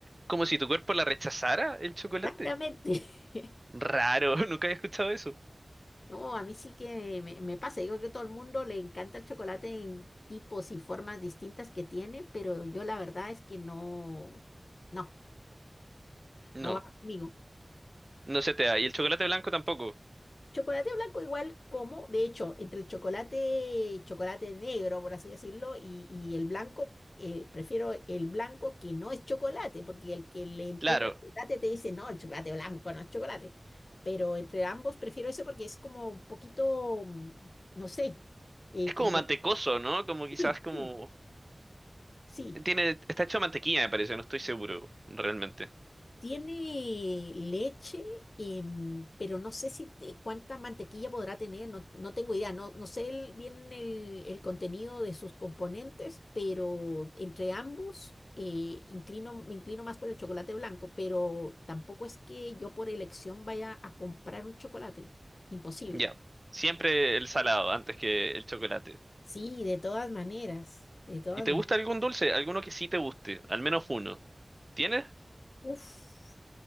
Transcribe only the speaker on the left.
Exactamente. <laughs>
No, a mí sí que me, me pasa. Yo creo que a todo el mundo le encanta el chocolate en tipos y formas distintas que tiene, pero yo la verdad es que no, no,
no va conmigo.
Chocolate blanco igual como, de hecho, entre el chocolate, chocolate negro, por así decirlo, y, y el blanco, eh, prefiero el blanco que no es chocolate, porque el que le entiende
el chocolate te dice, no, el chocolate blanco no es chocolate. Pero entre ambos prefiero eso porque es como un poquito, mm, no sé, eh,
como...
Sí,
sí, sí.
Tiene leche, em, pero no sé si te- cuánta mantequilla podrá tener, no, no tengo idea, no, no sé el- bien el, el contenido de sus componentes, pero entre ambos eh, inclino, me inclino más por el chocolate blanco, pero tampoco es que yo por elección vaya a comprar un chocolate, imposible.
Sí, de todas maneras, de todas
maneras.
Uf,